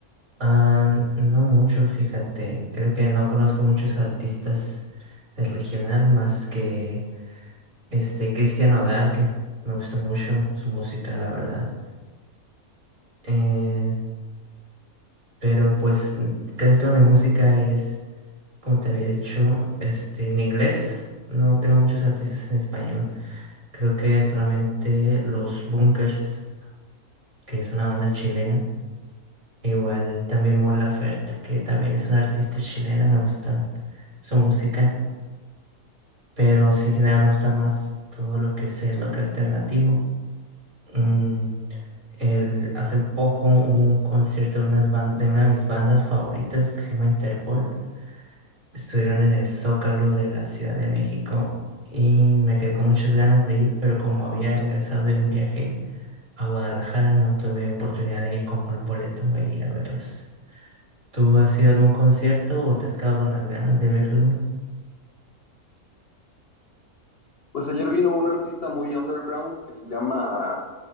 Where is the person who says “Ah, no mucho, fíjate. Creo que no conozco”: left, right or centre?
Right